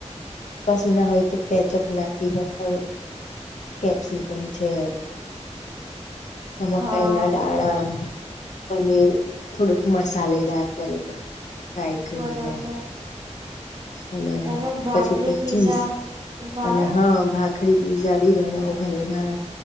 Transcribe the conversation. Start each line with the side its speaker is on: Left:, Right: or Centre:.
Left: કશું ના હોય તો કેચઅપ નાખીને પણ. કેપ્સીિકમ છે મકાઈ
Right: હા
Left: ના દાણા પનીર. થોડુંક મસાલેદાર કરીને ફ્રાય કરીને.
Right: બરાબર
Left: અને
Right: તમને ભાખરી
Left: પછી
Right: પીઝા
Left: ચીસ
Right: ભાવે
Left: અને હા ભાખરી. પિઝા ભી બનાવ ઘણી વાર